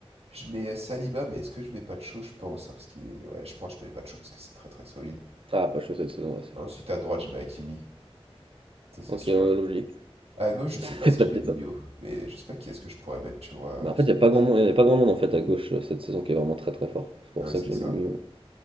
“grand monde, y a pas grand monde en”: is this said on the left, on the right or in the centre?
Right